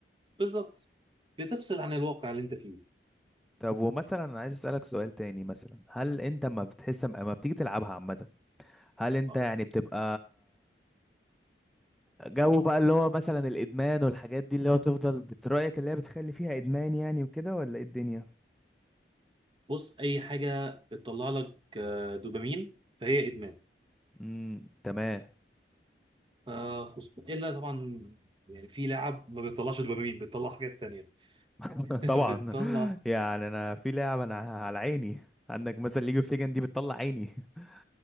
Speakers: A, on the right; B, in the centre.
A: بالظبط بتفصل عن الواقع اللي انت فيه
B: طب ومثلا انا عايز اسألك سؤال تاني مثلا هل انت ما بتحس اما بتيجي تلعبها عامة هل انت
A: قول
B: يعني بتبقى جو بقى اللي هو مثلا الادمان والحاجات دي اللي هو تفضل بت- رأيك اللي هي بتخلي فيها ادمان يعني وكده ولا ايه الدنيا
A: بص اي حاجه بتطلع لك آه، دوبامين فهي ادمان
B: امم تمام
A: آه خصوصا الا طبعا يعني في لعب ما بتطلعش دوبامين بتطلع حاجات تانية
B: <laughs>
A: <laughs>
B: طبعا
A: بتطلع
B: يعني انا في لعبه انا على عيني عندك مثلا ليج اوف ليجند دي بتطلع عيني <laughs>